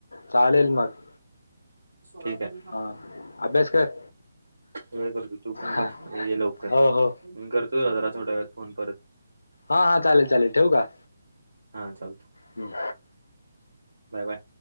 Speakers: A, on the left (about 85°); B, on the right (about 90°).
A: चालेल मग
B: ठीक आहे.
A: हा अभ्यास कर.
B: हय करतो तु पण
A: हा
B: कर लवकर
A: हो हो
B: मी करतो जरा थोड्या वेळात फोन परत.
A: हा हा चालेल चालेल ठेवू का?
B: हा चालत
A: हम्म.
B: Bye bye